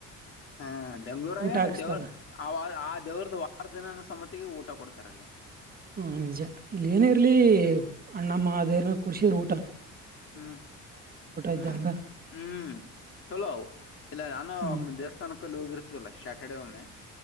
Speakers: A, on the left (about 40°); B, on the right (about 25°).
A: ಹಾ ಅ ಬೆಂಗಳೂರಾಗ
B: ಊಟ ಹಾಕ್ಸ್ತಾರ
A: ದೇವ್ರ ಆ ಆ ದೇವ್ರದ ವಾರ ದಿನ ಸಮತಿಗೆ ಊಟ ಕೊಡ್ತಾರೆ. ರಲ್ಲಿ
B: ಹ ನಿಜ ಇಲ್ಲಿ ಏನ ಇರ್ಲಿ ಅಣ್ಣಮ್ಮ ಅದೇನ ಕುಡ್ಸಿದ್ರ ಊಟ‌
A: ಹ್ಮ್ ಹ್ಮ್
B: ಇದ್ದಂಗ
A: ಹ್ಮ್ ಚಲೋ ಇಲ್ಲ ನಾನು
B: ಹ್ಮ್
A: ದೇವಸ್ಥಾನಕ್ಕಲ್ಲಿ ಹೋಗಿರ್ತ್ತ ಚಲ ಸ್ಯಾಟರ್ಡೆೇ ಒಮ್ಮೆ